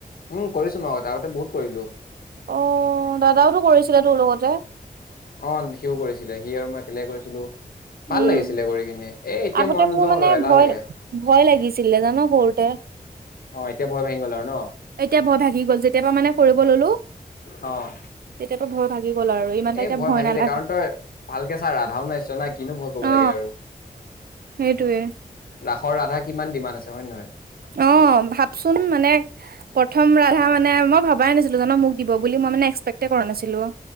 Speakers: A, on the left (about 75°); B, on the right (about 80°).
A: উম কৰিছো মই আগতে আগতে বহুত কৰিলো।
B: অ দাদাওটো কৰিছিলে তোৰ লগতে।
A: অ সিও কৰিছিলে, সি আৰু মই কেলে কৰিছিলো। ভাল
B: উম,,
A: লাগিছিলে কৰি কিনে এ এতিয়া
B: আগতে
A: মন নোযোৱা
B: মোৰ মানে
A: হ'ল আৰু এলাহ
B: ভয়
A: লাগে
B: ভয় লাগিছিলে জান সৰুতে।
A: অ এতিয়া ভয় ভাঙি গ'ল আৰু ন
B: এতিয়া ভয় ভাগি গল, যেতিয় পৰা মানে কৰিব ললো।
A: অঁ
B: তেতিয়াৰ পৰা ভয় ভাগি গ'ল আৰু ইমানটা
A: এ
B: এতিয়া
A: ভয় ভাগি
B: নালাগে
A: যায় কাৰণ তই ভালকে চা ৰাধাও নাইছ না কি? ভয় কৰিব
B: অ
A: লাগে আৰু,
B: সেইটোয়ে
A: ৰাসৰ ৰাধা কিমান ডিমাণ্ড আছে হয় নে নহয়?
B: অ ভাবচোন মানে প্ৰথম ৰাধা মানে মই ভবাই নাছিলো জানো মোক দিব বুলি। বুলি মই মানে এক্সপেকটে কৰা নাছিলোঁ।